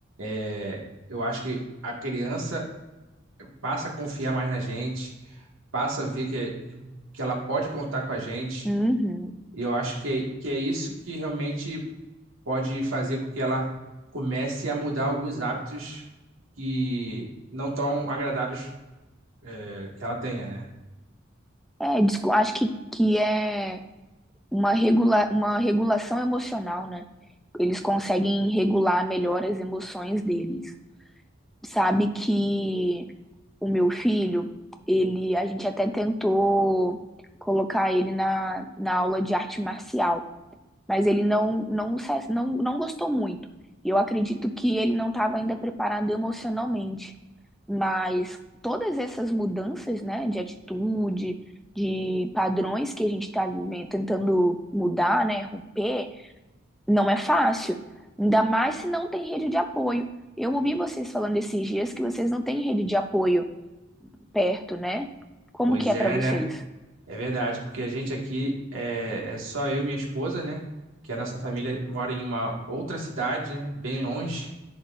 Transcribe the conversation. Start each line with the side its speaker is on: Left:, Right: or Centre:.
Right: É, Eu acho que a criança passa a confiar mais na gente, passa a ver que, que, que ela pode contar com a gente.
Centre: Uhum.
Right: E eu acho que, é, que é isso que realmente pode fazer com que ela comece a mudar alguns hábitos que não tão agradáveis eh, que ela tenha, né?
Centre: É, discu- acho que, que é uma, regula uma regulação emocional, né? Eles conseguem regular melhor as emoções deles. Sabe que o meu filho, ele, a gente até tentou colocar ele na, na aula de arte marcial mas ele não, não, se- não, não gostou muito. E eu acredito que ele não estava ainda preparado emocionalmente. Mas todas essas mudanças, né, de atitude, de padrões que a gente está vivendo, tentando mudar, né, romper, não é fácil. Ainda mais se não tem rede de apoio. Eu ouvi vocês falando esses dias que vocês não têm rede de apoio perto, né? Como
Right: Pois
Centre: que é
Right: é,
Centre: para vocês?
Right: né? É verdade, porque a gente aqui é, é só eu e minha esposa, né? Que a nossa família mora em uma outra cidade, né, bem longe.